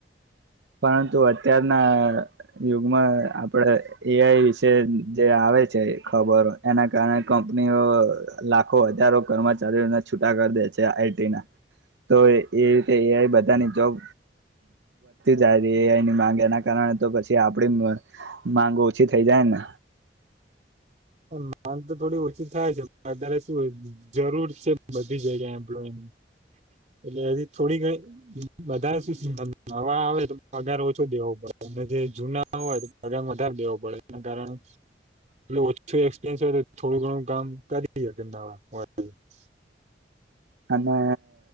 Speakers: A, on the right; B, on the right.
A: પરંતુ અત્યારના યુગમાં આપણે એઆઈ વિશે જે આવે છે ખબરો એના કારણે કંપનીઓ લાખો વધારો કર્મચારીઓને છૂટા કરી દે છે આઈટી ના તો એ રીતે એઆઈ બધાની જોબ જાય એઆઈ ની માંગ એના કારણે તો પછી આપડી માંગ ઓછી થઈ જાય ને.
B: માંગ તો થોડી ઓછી થાય છે અત્યારે શું જરૂર છે બધી જગ્યા એમ્પ્લોયની એટલે એ થોડી ઘણી વધારે નવા આવે તો પગાર ઓછો દેવો પડે અને જે જૂના હોય પગાર વધારે દેવો પડે એના કારણે એટ ઓછો એક્સપિરયન્સ હોય તો થોડું ઘણું કામ કરી <inaudible>
A: અને